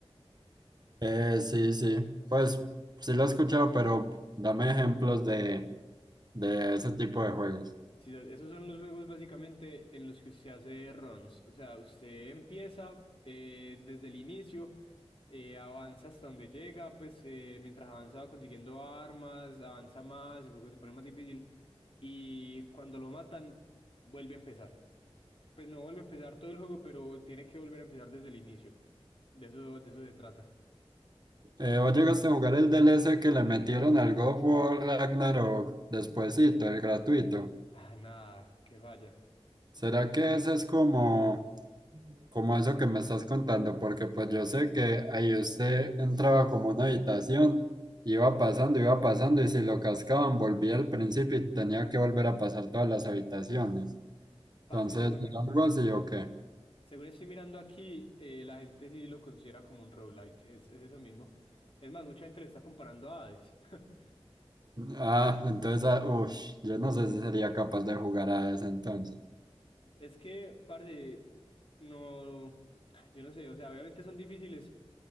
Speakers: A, on the right; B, on the left.
A: Eh, sí, sí, pues sí lo he escuchado, pero dame ejemplos de, de ese tipo de juegos.
B: Sí, o sea, esos son los juegos básicamente en los que usted hace runs. O sea, usted empieza eh, desde el inicio, eh, avanza hasta donde llega, pues eh, mientras avanza va consiguiendo armas, avanza más, el juego se pone más difícil y cuando lo matan vuelve a empezar. Pues no vuelve a empezar todo el juego, pero tiene que volver a empezar desde el inicio. De eso, de eso se trata.
A: Eh, ¿vos llegaste a jugar el DLC que le metieron al God of War Ragnarok despuésito, el gratuito?
B: Ah, nada, que vaya.
A: ¿Será que eso es como, como eso que me estás contando? Porque pues yo sé que ahí usted entraba como una habitación, iba pasando, iba pasando, y si lo cascaban, volvía al principio y tenía que volver a pasar todas las habitaciones. Entonces,
B: Parce, según,
A: ¿era algo así o qué?
B: Según estoy mirando aquí, eh, la gente sí lo considera como un roguelike, es, es eso mismo. Es más, mucha gente le está comparando a Hades. <laughs>
A: Ah, entonces, ah, ush, yo no sé si sería capaz de jugar a ese entonces.
B: Es que, parce, no, yo no sé, o sea, obviamente son difíciles,